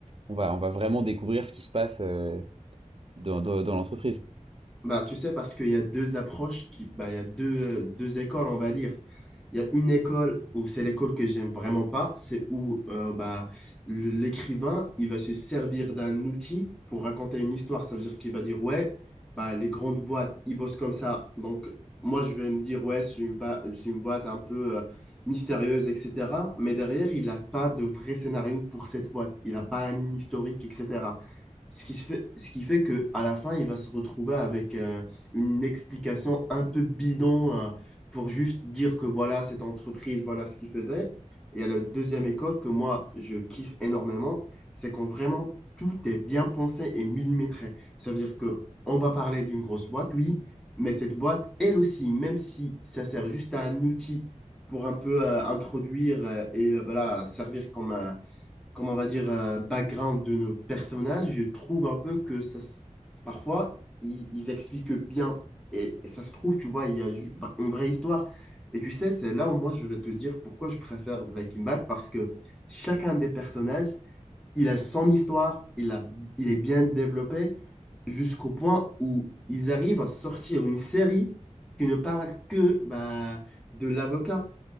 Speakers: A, on the right; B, in the centre.
A: on va, on va vraiment découvrir ce qui se passe euh, dans, dans, dans l'entreprise.
B: Bah tu sais, parce qu'il y a deux approches, qui, bah, il y a deux, euh, deux écoles, on va dire. Il y a une école où c'est l'école que j'aime vraiment pas, c'est où euh, bah, le- l'écrivain, il va se servir d'un outil pour raconter une histoire. Ça veut dire qu'il va dire, ouais, bah, les grandes boîtes, ils bossent comme ça. Donc, moi, je vais me dire, ouais, c'est une, ba- c'est une boîte un peu euh, mystérieuse, etc. Mais derrière, il n'a pas de vrai scénario pour cette boîte. Il n'a pas un historique, etc. Ce qui se fait, ce qui fait que à la fin, il va se retrouver avec euh, une explication un peu bidon euh, pour juste dire que voilà, cette entreprise, voilà ce qu'il faisait. Et à la deuxième école que moi, je kiffe énormément, c'est quand vraiment tout est bien pensé et millimétré. Ça veut dire que on va parler d'une grosse boîte, oui, mais cette boîte, elle aussi, même si ça sert juste à un outil pour un peu euh, introduire euh, et euh, voilà, servir comme un, comment on va dire, euh, background de nos personnages, je trouve un peu que ça, s- parfois, ils, ils expliquent bien. Et, et ça se trouve, tu vois, il y a ju- bah, une vraie histoire. Et tu sais, c'est là où moi, je vais te dire pourquoi je préfère Breaking Bad, parce que chacun des personnages, il a son histoire, il a, il est bien développé, jusqu'au point où ils arrivent à sortir une série qui ne parle que bah, de l'avocat.